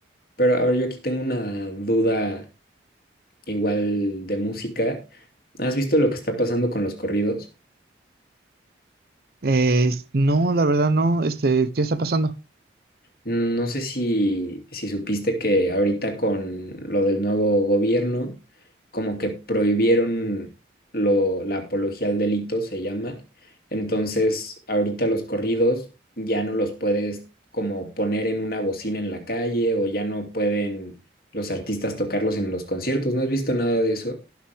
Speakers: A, on the left; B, on the right.
A: pero a ver, yo aquí tengo una duda igual de música. ¿Has visto lo que está pasando con los corridos?
B: Eh, no, la verdad no. Este, ¿qué está pasando?
A: Mm, No sé si, si supiste que ahorita con lo del nuevo gobierno, como que prohibieron lo, la apología al delito, se llama. Entonces, ahorita los corridos ya no los puedes como poner en una bocina en la calle o ya no pueden los artistas tocarlos en los conciertos. ¿No has visto nada de eso?